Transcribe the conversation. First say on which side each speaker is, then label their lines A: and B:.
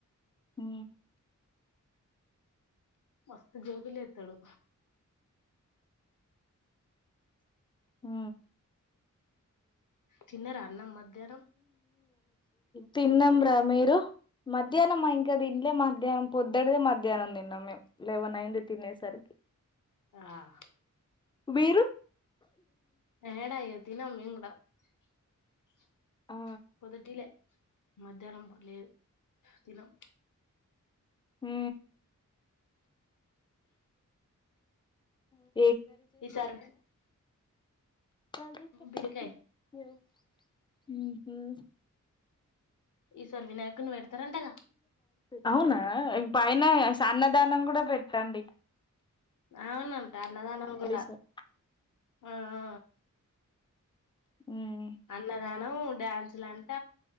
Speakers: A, on the left (about 15°); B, on the left (about 75°).
A: ఉ
B: మస్త్ జోకులు ఎత్తడు
A: ఆ
B: తిన్నారా అన్నం మధ్యాహ్నం
A: తిన్నంరా మీరు మధ్యాహ్నమా ఇంకా తినలే మధ్యాహ్నం పొద్దుటిదే మధ్యాహ్నం తిన్నాం మేము లెవెన్ అయింది తినేసరికి
B: ఆ
A: మీరు
B: యాడ తినమ్ మేము కూడ <inaudible>
A: ఆ
B: పొదుటిలే మధ్యాహ్నం లేదు తినం
A: హ అ <inaudible>
B: ఈసారి
A: ఊహూ
B: బిరకాయ
A: <unintelligible>
B: ఈసారి వినాయకుని పెడతారంటగా
A: అవునా పైనా అన్నదానం కూడా పెట్ట రండి
B: అవును అంట అన్నదానం కూడా
A: సార్
B: ఆ ఆ
A: మ్మ్
B: అన్నదానం డ్యాన్స్ లంట